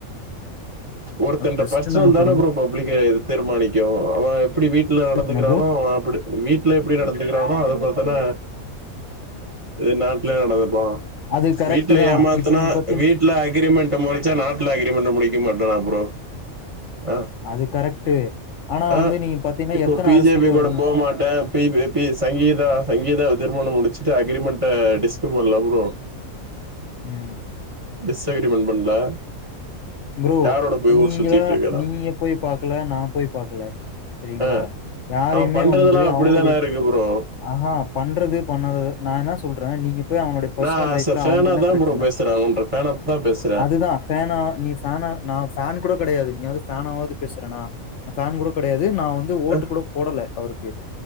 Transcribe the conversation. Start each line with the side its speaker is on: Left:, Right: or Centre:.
Right: ஒருத்தன்ட
Left: ஜஸ்ட்
Right: பர்சனல்
Left: நமக்கு
Right: தான
Left: வந்து
Right: ப்ரோ பாப் புள்ளைங்க தீர்மானிக்கியு அவ எப்பிடி வீட்ல நடந்துக்கிறானோ
Left: என்ன ப்ரோ?
Right: அப்பிடி வீட்ல எப்பிடி நடந்துக்கிறானோ அத போலதான இது நாட்ல நடந்துப்பா
Left: அது கரெக்ட்டு
Right: வீட்ல
Left: தான்.
Right: ஏமாத்துனா
Left: இப்ப நீங்க பாத்தீங்
Right: வீட்ல அக்ரிமெண்ட் முடிச்சா நாட்ல அக்ரிமெண்ட் முடிக்க மாட் டானா ப்ரோ அ
Left: அது கரெக்ட்டு. ஆனா
Right: அ
Left: வந்து நீங்க பாத்தீங்கன்னா,
Right: இப்போ
Left: எத்தன
Right: பி
Left: அரசியல்வாதிங்க
Right: ஜே பி கூட போ மாட்ட அ பி ப்ப பி <unintelligible> சங்கீதா சங்கீதா திருமணம் முடிச்சுட்டு அக்ரிமெண்ட டிஸ்கு பண்லா ப்ரோ
Left: ம்
Right: டிஸ் அக்ரிமெண்ட் பண்ல
Left: ப்ரோ
Right: யாரோட போய்
Left: நீங்கள
Right: ஊர் சுத்திட்டு இருக்கறா
Left: நீங்க போய் பாக்கல நா போய் பாக்கல செரிங்களா
Right: ஆ
Left: யாரையுமே
Right: அவ பண்றதெல்லா
Left: வந்து
Right: அப்டிதான
Left: அவங்களுடைய
Right: இருக்கு ப்ரோ
Left: ஆஹா பண்றது பண்ணாதது நா என்ன சொல்றே நீங்க போய் அவனுடைய பர்சனல்
Right: நா அஸ்ச
Left: லைஃப்ல
Right: ஃபேனா
Left: அவனுக்கு என்ன
Right: தா
Left: பிரச்சன
Right: ப்ரோ பேசுற ஒவன்ற ஃபேனா தா பேசு
Left: அதுதா ஃபேனா நீ ஃபேனா நா ஃபேன் கூட கெடையாது நீயாவது ஃபேனாவது பேசுறனா நா ஃபேன் கூட கெடையாது நா வந்து ஓட்டு
Right: அ
Left: கூட போடல அவருக்கு